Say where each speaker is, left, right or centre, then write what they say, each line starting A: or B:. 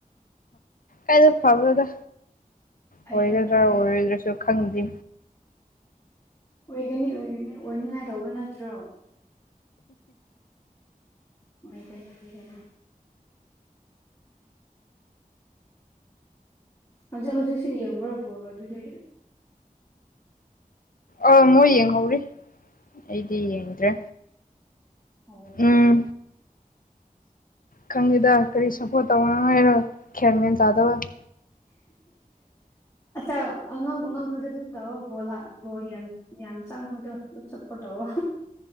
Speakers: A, on the left; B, on the left.
A: ꯀꯥꯏꯗꯩ ꯐꯕꯅꯣꯗ
B: ꯐꯩꯌꯦ
A: ꯑꯣꯏꯒꯗ꯭ꯔꯥ
B: ꯐꯩꯌꯦ
A: ꯑꯣꯏꯔꯣꯏꯗ꯭ꯔꯥꯁꯨ ꯈꯪꯗꯦ
B: ꯑꯣꯏꯒꯅꯤ ꯑꯣꯏꯒꯅꯤ ꯑꯣꯏꯅꯤꯉꯥꯏ ꯇꯧꯕ ꯅꯠꯇ꯭ꯔꯣ ꯒꯇꯔ ꯍꯧꯖꯤꯛ ꯍꯧꯖꯤꯛꯁꯨ ꯌꯦꯡꯕ꯭ꯔꯥ ꯕꯣꯜ ꯑꯗꯨꯗꯤ
A: ꯑꯧ ꯃꯣꯏ ꯌꯦꯡꯍꯧꯔꯤ ꯑꯩꯗꯤ ꯌꯦꯡꯗ꯭ꯔꯦ
B: ꯑꯣ
A: ꯎꯝ ꯈꯪꯗꯦꯗ ꯀꯔꯤ ꯁꯄꯣꯔꯠ ꯇꯧꯕꯅꯣ ꯍꯥꯏꯔꯣ ꯒꯌ꯭ꯥꯟ ꯃꯦꯟ ꯇꯥꯗꯕ <inaudible>
B: ꯑꯆꯧ ꯑꯉꯝ ꯑꯉꯝꯕꯗ ꯑꯗꯨꯝ ꯇꯧꯑꯣ ꯕꯣꯜ ꯕꯣꯜ ꯌꯥꯝ <inaudible> ꯌꯥꯝ ꯆꯪꯕꯗꯣ ꯑꯗꯨꯝ ꯁꯞꯄꯣꯔꯠ ꯇꯧꯑꯣ